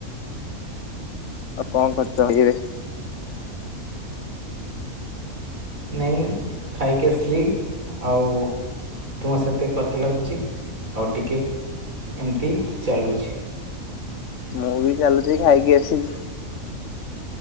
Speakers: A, on the left; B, on the right.
A: ଆଉ କଣ କରୁଛ ଏଇବେ
B: ନାଇଁ ଖାଇକି ଆସିଲି ଆଉ ତୁମ ସତ କଥା ଲାଗୁଛି ଆଉ ଟିକେ ଏମତି ଚାଲୁଛି
A: ମୁଁ ବି ଚାଲୁଛି ଖାଇକି ଆସିଛିି